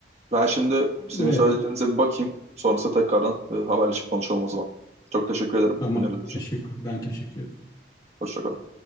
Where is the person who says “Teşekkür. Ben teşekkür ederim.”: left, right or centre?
Left